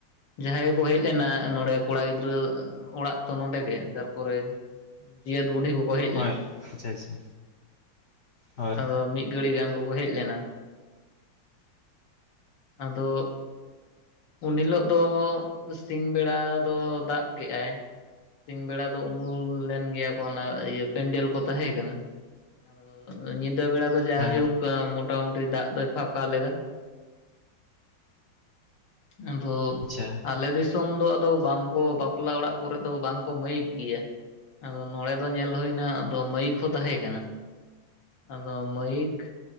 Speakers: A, on the left; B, on the left.
A: ᱡᱟᱦᱟᱸᱭ ᱜᱮᱠᱚ ᱦᱮᱡ ᱞᱮᱱᱟ ᱱᱚᱰᱮ ᱠᱚᱲᱟ ᱜᱤᱫᱽᱨᱟᱹ ᱚᱲᱟᱜ ᱛᱚ ᱱᱚᱰᱮ ᱜᱮ ᱛᱟᱨᱯᱚᱨᱮ ᱡᱤᱭᱟᱹᱛ ᱵᱩᱰᱷᱤ ᱠᱚᱠᱚ ᱦᱮᱡ
B: ᱦᱳᱭ
A: ᱞᱮᱱᱟ
B: ᱟᱪᱪᱷᱟ ᱟᱪᱪᱷᱟ ᱦᱳᱭ
A: ᱟᱫᱚ ᱢᱤᱫ ᱜᱟᱹᱲᱤ ᱜᱟᱱ ᱠᱚᱠᱚ ᱦᱮᱡ ᱞᱮᱱᱟ ᱟᱫᱚ ᱟᱫᱚ ᱩᱱ ᱦᱤᱞᱳᱜ ᱫᱚ ᱥᱤᱧ ᱵᱮᱲᱟ ᱫᱚ ᱫᱟᱜ ᱠᱮᱜ-ᱟᱭ ᱥᱤᱧ ᱵᱮᱲᱟ ᱫᱚ ᱩᱢᱩᱞ ᱞᱮᱱ ᱜᱮᱭᱟ ᱠᱚ ᱚᱱᱟ ᱤᱭᱟᱹ ᱯᱮᱱᱰᱮᱞ ᱠᱚ ᱛᱟᱦᱮᱸ ᱠᱟᱱᱟ ᱟᱫᱚ ᱧᱤᱫᱟᱹ ᱵᱮᱲᱟ ᱫᱚ ᱡᱟᱭᱦᱳᱠ
B: ᱦᱮᱸ
A: ᱢᱚᱴᱟ ᱢᱩᱴᱤ ᱫᱟᱜ ᱫᱚᱭ ᱯᱷᱟᱠᱟ ᱞᱮᱫᱟ ᱟᱫᱚ
B: ᱟᱪᱪᱷᱟ
A: ᱟᱞᱮ ᱫᱤᱥᱚᱢ ᱫᱚ ᱟᱫᱚ ᱵᱟᱝᱠᱚ ᱵᱟᱯᱞᱟ ᱚᱲᱟᱜ ᱠᱚᱨᱮ ᱫᱚ ᱵᱟᱝᱠᱚ ᱢᱟᱹᱭᱤᱠ ᱜᱮᱭᱟ ᱟᱫᱚ ᱱᱚᱰᱮ ᱫᱚ ᱧᱮᱞ ᱦᱩᱭᱱᱟ ᱟᱫᱚ ᱢᱟᱹᱭᱤᱠ ᱦᱚᱸ ᱛᱟᱦᱮᱸ ᱠᱟᱱᱟ ᱟᱫᱚ ᱢᱟᱹᱭᱤᱠ